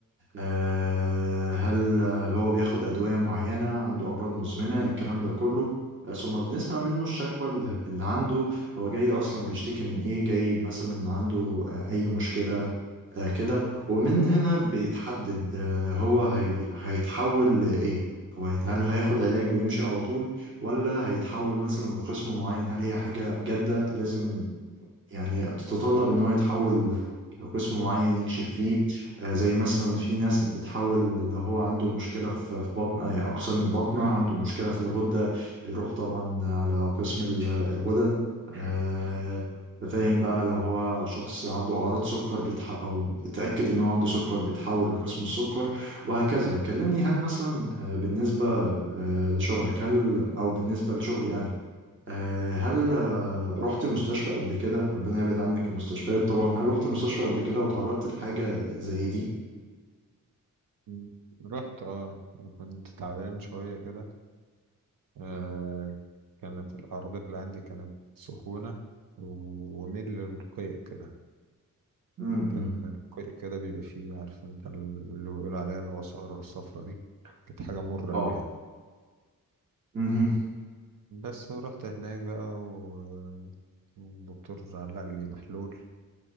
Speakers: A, on the right; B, on the right.
A: آه، هل آه، هو بياخد أدوية معينة عنده أمراض مزمنة الكلام ده كله آه، ثم بنسمع منه الشكوى اللي اللي عنده هو جاي أصلا بيشتكي من إيه جاي مثلا عنده آه، أي مشكلة آه، كده ومن هنا بيتحدد آه، هو هي... هيتحول لإيه؟ هو هيت... هل هياخد علاج ويمشي على طول ولا هيتحول مثلا لقسم معين هل هي حاجة جادة لازم يعني تتطلب ان هو يتحول لقسم معين يكشف فيه آه، زي مثلا في ناس بتتحول لو هو عنده مشكلة في في بطن أي أقسام البطنة عنده مشكلة في الغدة بيروح طبعا على قسم ال- الغدد آه، أنت فاهم بقى لو هو شخص عنده أعراض سكر بيتح أو اتأكد إن هو عنده سكر بيتحول لقسم السكر وهكذا كلمني هل مثلا آه، بالنسبة آه، لشغلك هل أو بالنسبة لشغلي أنا آه، هل آه، رحت مستشفى قبل كده؟ ربنا يبعد عنك المستشفيات طبعا هل رحت مستشفى قبل كده وتعرضت لحاجة زي دي؟
B: م. رحت اه وكنت تعبان شوية كده آه
A: مم.
B: كانت الأعراض اللي عندي كانت سخونة وميل للقيء كده
A: مم،
B: كان
A: مم.
B: القيء كده بيبقى فيه عارف انت اللي بيقولوا عليها العصارة الصفرة دي كانت حاجة مرة
A: اه
B: أوي يعني
A: مهم.
B: بس رحت هناك بقى و- والدكتور علق لي محلول